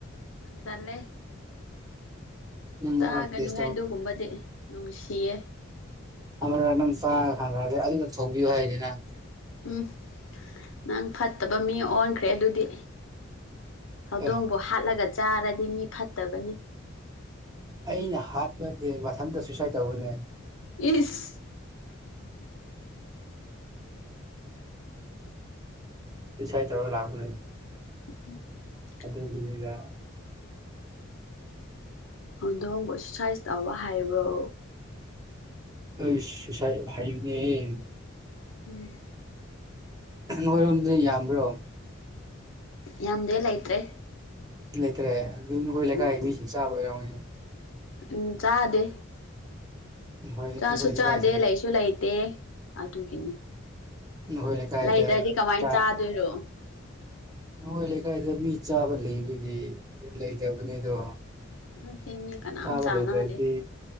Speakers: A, on the left; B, on the right.
A: ꯇꯜꯂꯦ
B: ꯅꯪ
A: ꯆꯥꯒꯅꯨꯍꯦ
B: ꯉꯧꯔ ꯇꯦꯁ ꯇꯧ
A: ꯑꯗꯨꯒꯨꯝꯕꯗꯤ ꯅꯨꯡꯁꯤꯌꯦ
B: ꯑꯃꯔꯛ ꯅꯪ ꯆꯥꯔ ꯀꯥꯟꯗꯗꯤ ꯑꯗꯨꯗ ꯊꯣꯡꯕꯤꯌꯨ ꯍꯥꯏꯅꯤ ꯅꯪ
A: ꯎꯝ ꯅꯪ ꯐꯠꯇꯕ ꯃꯤ ꯑꯣꯟꯈ꯭ꯔꯦ ꯑꯗꯨꯗꯤ ꯍꯧꯗꯣꯡꯕꯨ
B: ꯑꯦ
A: ꯍꯥꯠꯂꯒ ꯆꯥꯔꯗꯤ ꯃꯤ ꯐꯠꯇꯕꯅꯤ
B: ꯑꯩꯅ ꯍꯥꯠꯄ ꯅꯠꯇꯦ ꯃꯊꯟꯇ ꯁꯨꯏꯁꯥꯏꯠ ꯇꯧꯕꯅꯦ
A: ꯏꯁ
B: ꯁꯨꯁꯥꯏꯠ ꯇꯧꯔꯒ ꯂꯥꯛꯄꯅꯦ
A: ꯎꯝ
B: ꯑꯗꯨꯒꯤꯅꯤꯗ
A: ꯍꯧꯗꯣꯡꯕꯣ ꯁꯨꯏꯁꯏꯠ ꯇꯧꯕ ꯍꯥꯏꯕ꯭ꯔꯣ
B: ꯑꯩ ꯁꯨꯏꯁꯥꯏꯠ ꯍꯩꯕꯦꯅꯦꯍꯦ
A: ꯎꯝ
B: ꯅꯣꯏꯔꯣꯝꯗꯤ ꯌꯥꯝꯕ꯭ꯔꯣ
A: ꯌꯥꯝꯗꯦ ꯂꯩꯇ꯭ꯔꯦ
B: ꯂꯩꯇ꯭ꯔꯦ ꯑꯗꯨ ꯅꯈꯣꯏ ꯂꯩꯀꯥꯏꯒꯤ
A: ꯎꯝ
B: ꯃꯤꯁꯤꯡ ꯆꯥꯕ ꯑꯣꯏꯔꯝꯒꯅꯤ
A: ꯎꯝ ꯆꯥꯗꯦ
B: ꯅꯈꯣꯏ
A: ꯆꯥꯁꯨ
B: ꯅꯈꯣꯏ ꯂꯩꯀꯥꯏꯁꯤꯡ
A: ꯆꯥꯗꯦ ꯂꯩꯁꯨ ꯂꯩꯇꯦ ꯑꯗꯨꯒꯤꯅꯤ
B: ꯅꯈꯣꯏ ꯂꯩꯀꯥꯏꯗ
A: ꯂꯩꯇ꯭ꯔꯗꯤ ꯀꯃꯥꯏꯅ
B: ꯆꯥ
A: ꯆꯥꯗꯣꯏꯔꯣ
B: ꯅꯈꯣꯏ ꯂꯩꯀꯥꯏꯗ ꯃꯤ ꯆꯥꯕ ꯂꯩꯕꯒꯤ ꯂꯩꯇꯕꯅꯤ ꯑꯗꯣ
A: ꯅꯠꯇꯦ ꯃꯤ ꯀꯅꯥꯝ
B: ꯆꯥꯕ
A: ꯆꯥꯅꯗꯦ
B: ꯂꯩꯇꯔꯗꯤ